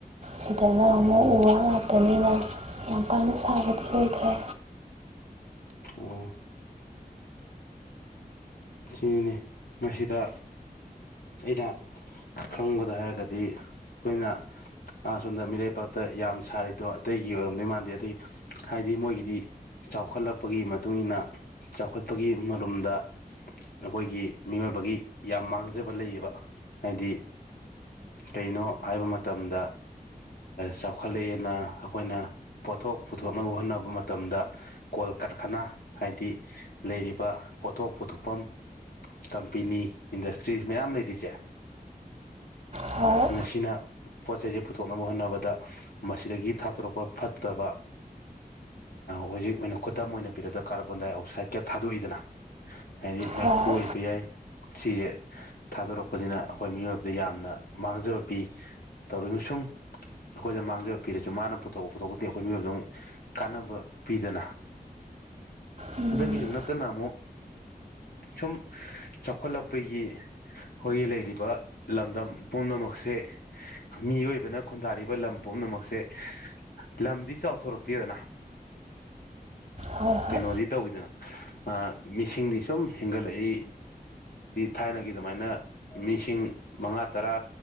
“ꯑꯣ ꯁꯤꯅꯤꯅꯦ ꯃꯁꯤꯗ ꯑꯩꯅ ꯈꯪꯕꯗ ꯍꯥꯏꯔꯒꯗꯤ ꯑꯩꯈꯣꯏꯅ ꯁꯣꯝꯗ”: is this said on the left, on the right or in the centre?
Left